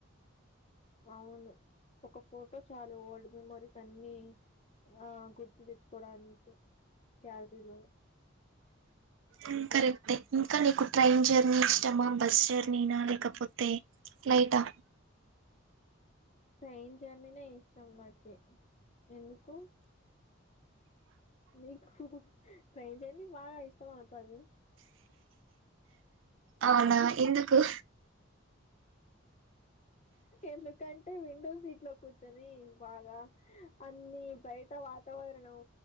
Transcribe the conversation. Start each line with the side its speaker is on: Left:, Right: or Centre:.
Left: అవును ఒక ఫోటో చాలు ఓల్డ్ మెమోరీస్ అన్ని ఆ గుర్తు తెచ్చుకోడానికి గ్యాలరీలో
Right: ఉమ్ కరెక్టే ఇంకా నీకు ట్రైన్ జర్నీ ఇష్టమా బస్ జర్నీనా లేకపోతే లైటా
Left: ట్రైన్ జర్నీనే ఇష్టాం నాకే ఎందుకు నీకు ట్రైన్ జర్నీ బాగా ఇష్టం అవుతది
Right: అవునా ఎందుకు
Left: ఎందుకంటే విండో సీట్ లో కూర్చొని బాగా అన్ని బయట వాత వాతావరణం